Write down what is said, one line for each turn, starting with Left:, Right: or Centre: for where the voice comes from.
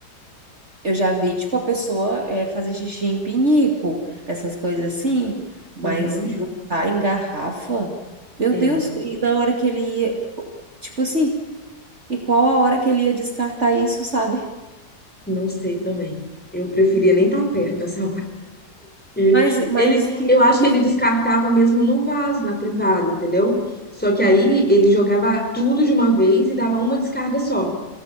Right: Eu já vi, tipo, a pessoa é, fazer xixi em pinico, essas coisas assim, mas
Centre: Uhum.
Right: juntar em garrafa. Meu
Centre: É,
Right: Deus, e na hora que ele ia, tipo assim. E qual a hora que ele ia descartar isso, sabe?
Centre: não sei também. Eu preferia nem estar perto nessa E
Right: Mas, mas
Centre: ele,
Right: que,
Centre: eu acho
Right: que...
Centre: que ele descartava mesmo no vaso, na privada, entendeu? Só que aí ele jogava tudo de uma vez e dava uma descarga só,